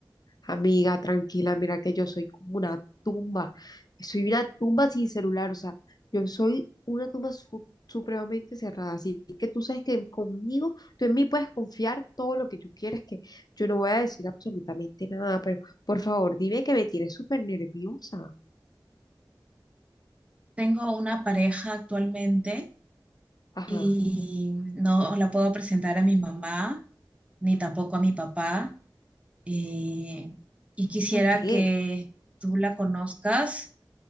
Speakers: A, on the left; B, on the right.
A: Amiga, tranquila, mira que yo soy como una tumba. Soy una tumba sin celular, o sea, yo soy una tumba su- supremamente cerrada. Así que tú sabes que conmigo, tú en mí puedes confiar todo lo que tú quieras, que yo no voy a decir absolutamente nada, pero por favor, dime que me tienes súper nerviosa.
B: Tengo una pareja actualmente
A: Ajá,
B: y no la puedo presentar a mi mamá, ni tampoco a mi papá. eh, y quisiera
A: ¿por qué?
B: que tú la conozcas